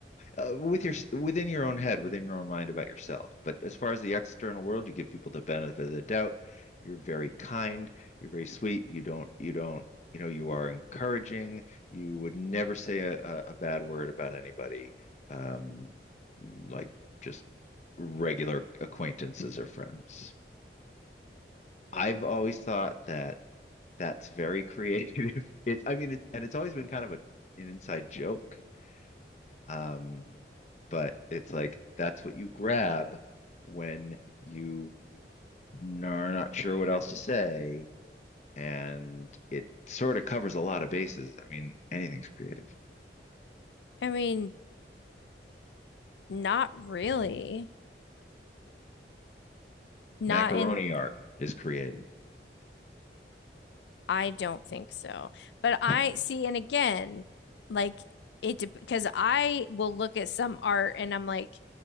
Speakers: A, on the left; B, on the left.
A: uh, with your within your own head, within your own mind about yourself. But as far as the external world, you give people the benefit of the doubt. You're very kind. You're very sweet. You don't. You don't. You know. You are encouraging. You would never say a, a bad word about anybody. Um, like just regular acquaintances or friends. I've always thought that that's very creative. <laughs> It's. I mean, it's and it's always been kind of a an inside joke um, but it's like that's what you grab when you are not sure what else to say, and it sort of covers a lot of bases. I mean, anything's creative.
B: I mean, not really. Not
A: Macaroni
B: in,
A: art is creative.
B: I don't think so. But I
A: <laughs>
B: see, and again, like it, because I will look at some art and I'm like,